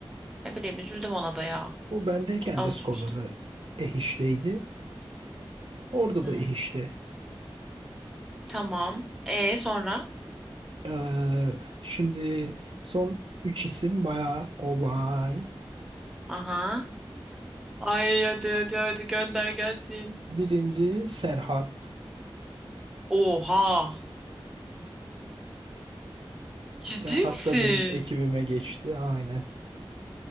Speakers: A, in the centre; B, on the right.
A: ne bileyim üzüldüm ona da ya.
B: O bendeyken
A: Alışmıştım.
B: de skorları ehişteydi. Orada
A: Hmm.
B: da ehişti.
A: Tamam. E sonra?
B: Ee, şimdi son 3 isim bayağı olay.
A: Aha. Ay hadi hadi hadi gönder gelsin.
B: Birinci Serhat.
A: Oha. Ciddi
B: Serhat
A: misin?
B: da benim ekibime geçti. Aynen.